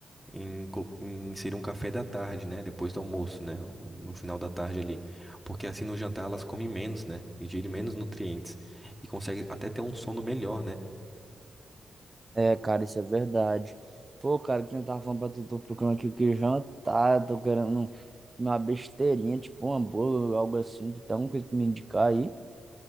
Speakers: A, in the centre; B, on the right (about 25°).
A: em, col- em inserir um café da tarde, né? Depois do almoço, né? o- No final da tarde ali. Porque assim no jantar elas comem menos, né? Ingerem menos nutrientes e conseguem até ter um sono melhor, né?
B: É, cara, isso é verdade. Pô, cara, que eu tava falando pra tu, tô procurando aqui o que jantar, tô querendo uma besteirinha, tipo um hambúrguer, algo assim. Tu tem alguma coisa pra me indicar aí?